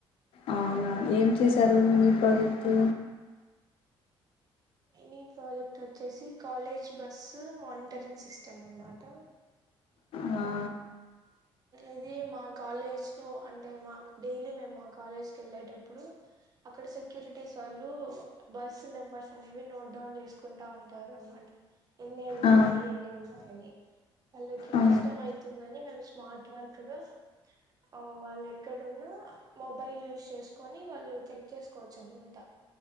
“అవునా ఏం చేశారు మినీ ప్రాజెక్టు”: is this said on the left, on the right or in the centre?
Left